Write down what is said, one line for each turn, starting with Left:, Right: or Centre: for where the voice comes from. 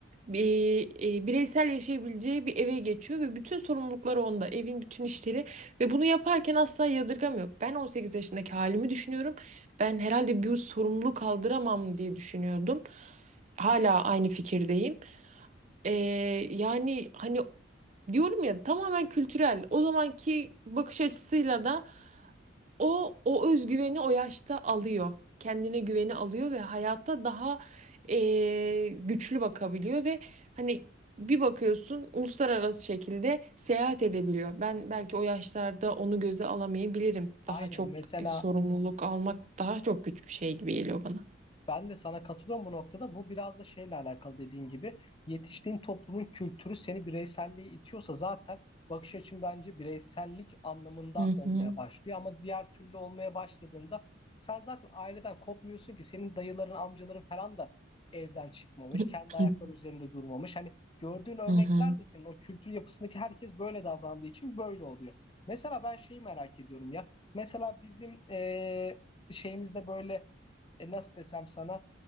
Right: e, e, bireysel yaşayabileceği bir eve geçiyor. Ve bütün sorumlulukları onda evin bütün işleri. Ve bunu yaparken asla yadırgamıyor. Ben 18 yaşındaki halimi düşünüyorum. Ben herhalde bir sorumluluk kaldıramam diye düşünüyordum. Hala aynı fikirdeyim. Ee, yani hani Diyorum ya tamamen kültürel. O zamanki bakış açısıyla da o o özgüveni o yaşta alıyor. Kendine güveni alıyor ve hayatta daha eee, güçlü bakabiliyor ve hani bir bakıyorsun uluslararası şekilde seyahat edebiliyor. Ben belki o yaşlarda onu göze alamayabilirim. Daha
Left: Aynen
Right: çok
Left: mesela
Right: e, sorumluluk almak daha çok güç bir şey gibi geliyor bana.
Left: Ben de sana katılıyorum bu noktada. Bu biraz da şeyle alakalı dediğin gibi yetiştiğin toplumun kültürü seni bireyselliğe itiyorsa zaten bakış açın bence bireysellik anlamında
Right: Hı
Left: olmaya
Right: hı.
Left: başlıyor. Ama diğer türlü olmaya başladığında sen zaten aileden kopmuyorsun ki senin dayıların, amcaların falan da evden çıkmamış,
Right: <clears throat>
Left: kendi ayakları üzerinde durmamış. Hani gördüğün örnekler
Right: Hı hı.
Left: de senin o kültür yapısındaki herkes böyle davrandığı için böyle oluyor. Mesela ben şeyi merak ediyorum ya. Mesela bizim eee şeyimizde böyle e, nasıl desem sana